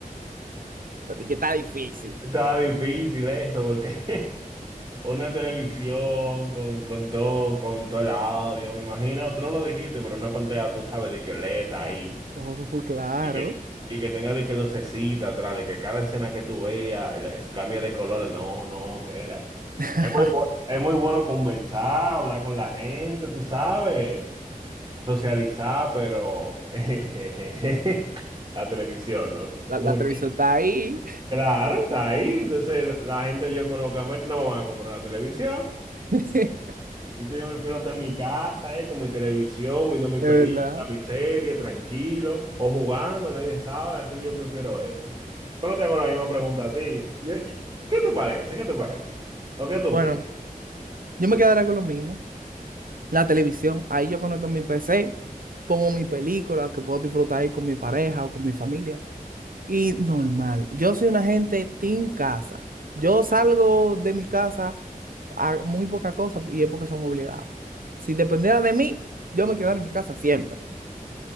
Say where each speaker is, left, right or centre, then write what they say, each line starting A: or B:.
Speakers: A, on the right; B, on the right.
A: O sea, de que está difícil.
B: Estaba difícil eso, porque <laughs> una televisión con, con todo, con todo el audio, me imagino, tú no lo dijiste, pero una pantalla, tú sabes, de que OLED ahí.
A: Oh, claro.
B: Y que, y que tenga de que lucecita atrás, de que cada escena que tú veas el- es- cambia de color. No, no, espérate.
A: <laughs>
B: Es muy, bu- es muy bueno conversar, hablar con la gente, tú sabes, socializar, pero <laughs> la televisión, ¿no?
A: La,
B: Muy,
A: la televisión está ahí.
B: claro, está ahí. Entonces, la gente yo conozco, a men- no me van a comprar una televisión.
A: <laughs> Es
B: Entonces yo prefiero estar en mi casa, eh, con mi televisión, viendo mi película,
A: verdad.
B: mi serie, tranquilo, o jugando, nadie sabe, así yo prefiero eso. Pero te hago la misma pregunta a ti. Yo- yo- ¿qué te parece? ¿Qué te parece? ¿O qué tú
A: Bueno,
B: opinas?
A: yo me quedaré con lo mismo. La televisión, ahí yo conecto mi PC, pongo mi película que puedo disfrutar ahí con mi pareja o con mi familia. Y normal. Yo soy una gente team casa. Yo salgo de mi casa a muy poca cosa y es porque son obligados. Si dependiera de mí, yo me quedaría en mi casa siempre.